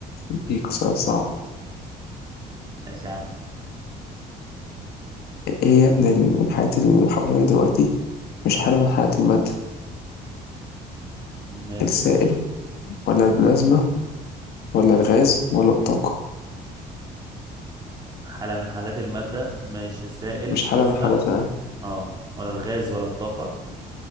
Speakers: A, on the left (about 70°); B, on the right (about 25°).
A: أديك سؤال صعب
B: ماشي يا عم
A: إيه هي من ال- من الحالات اللي حواليك دلوقتي مش حالة من حالات المادة
B: ماشي
A: السائل ولا البلازما ولا الغاز ولا الطاقة
B: حالة من حالات المادة ماشي سائل
A: مش
B: بلازما
A: حالة من حالاتها
B: اه ولا الغاز ولا الطاقة